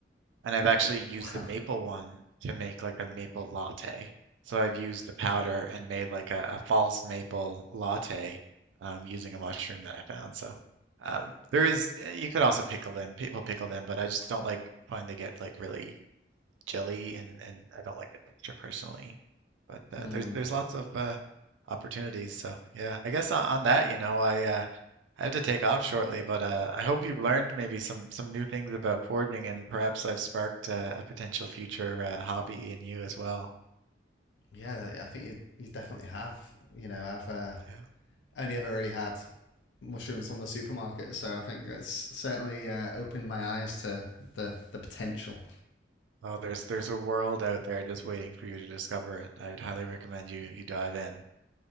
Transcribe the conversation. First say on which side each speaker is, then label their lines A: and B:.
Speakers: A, on the right (about 75°); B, on the left (about 75°).
A: And I've actually used
B: <laughs>
A: the maple one to make like a maple latte. So I've used the powder and made like a, a false maple latte um, using a mushroom that I found. So um, there is, eh, you could also pickle them. People pickle them, but I just don't like find they get like really jelly, and and I don't like the texture personally. But uh,
B: Hmm.
A: there's there's lots of uh, opportunities. So yeah, I guess on, on that, you know, I uh, I have to take off shortly, but uh, I hope you've learned maybe some some new things about forging, and perhaps I've sparked uh, a potential future uh, hobby in you as well.
B: yeah, I think you you definitely have. You know, I've uh,
A: Yeah.
B: only ever really had mushrooms from the supermarket, so I think that's certainly uh, opened my eyes to the the potential.
A: Oh, there's there's a world out there just waiting for you to discover it. I'd highly recommend you you dive in.